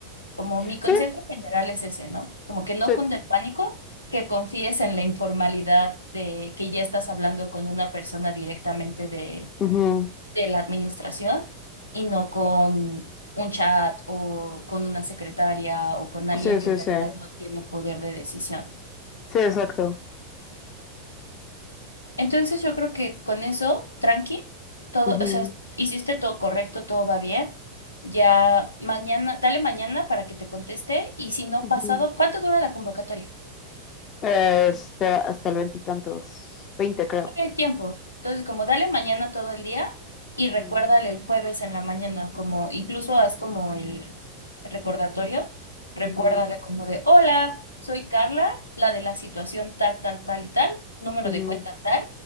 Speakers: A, on the left; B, on the left.
A: Como mi consejo
B: Sí,
A: general es ese, ¿no? Como que no
B: sí.
A: cunde el pánico, que confíes en la informalidad de que ya estás hablando con una persona directamente de
B: Ujú.
A: de la administración y no con un chat o con una secretaria o con alguien
B: Sí,
A: que
B: sí,
A: en realidad
B: sí.
A: no tiene poder de decisión.
B: Sí, exacto.
A: Entonces yo creo que con eso, tranqui, todo,
B: Ujú,
A: o sea, hiciste todo correcto, todo va bien. Ya mañana, dale mañana para que te conteste y si no
B: ujú.
A: pasado, ¿cuánto dura la convocatoria?
B: Este, hasta el veintitantos. Veinte, creo.
A: el tiempo. Entonces, como dale mañana todo el día y
B: Ujú,
A: recuérdale el jueves en la mañana, como incluso haz como el recordatorio, recuérdale
B: ujú,
A: como de, hola, soy Carla, la de la situación tal, tal, tal y tal, número
B: ujú,
A: de cuenta tal,